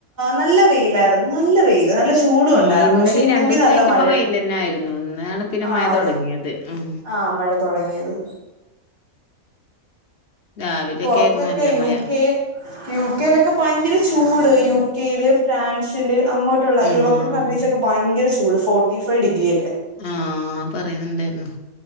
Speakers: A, on the right (about 55°); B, on the left (about 45°).
A: നല്ല വെയിലായിരുന്നു നല്ല വെയില് നല്ല ചൂ ചൂടു
B: ആഹ്
A: ഉണ്ടായിരുന്നു
B: ഇന്നലേം
A: പക്ഷെ ഇന്നെങ്കിൽ
B: രണ്ടൂസായിട്ട്
A: നല്ല മഴയുണ്ട്,
B: ഇപ്പ വെയിലന്നായിരുന്നു. ഇന്നാണ് പിന്നെ
A: ആ
B: മഴ
A: അതെ
B: തൊടങ്ങിയത്. ഉം
A: ആ മഴ തുടങ്ങിയത്
B: രാവിലെക്കെ
A: പുറത്തൊക്കെ
B: ആയിരുന്നു, നല്ല
A: യു
B: മഴ
A: കെ യു കെയിലൊക്കെ ഭയങ്കര ചൂട് യു കെയില്, ഫ്രാൻസില് അങ്ങോട്ടുള്ള
B: ആഹ്
A: യൂറോപ്പ് കൺട്രീസൊക്കെ ഭയങ്കര ചൂട് ഫോർട്ടിഫൈവ് ഡിഗ്രിയൊക്കെ
B: ആഹ പറയുന്നുണ്ടായിരുന്നു